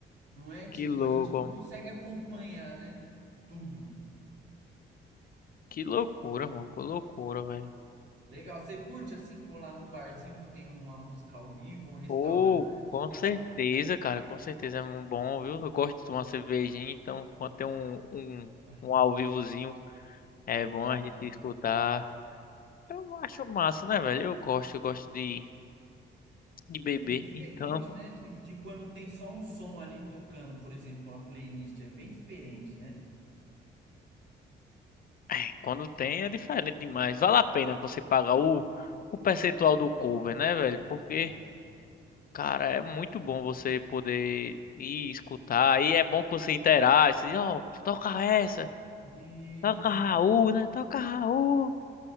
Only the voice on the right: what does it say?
Não é tipo,
a gente não consegue acompanhar, né? Tudo.
Legal. Você curte, assim, colar num barzinho que tem uma música ao vivo, um restaurante
e
tal?
Ah,
da
hora.
É diferente,
né, de, de quando tem só um som ali tocando, por exemplo, uma playlist. É bem diferente, né?
É.
Isso.